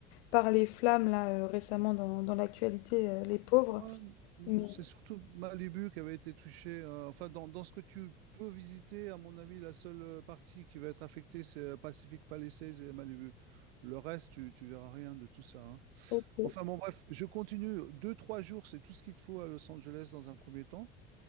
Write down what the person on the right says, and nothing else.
Euh,
C'est surtout Malibu qui avait été touché. euh, enfin, dans, dans ce que tu peux visiter, à mon avis, la seule euh, partie qui va être affectée, c'est euh, Pacific Palisades et Malibu. Le reste, tu, tu verras rien de tout ça. hein.
Enfin, bon, bref, je continue. Deux, trois jours, c'est tout ce qu'il te faut à Los Angeles dans un premier temps.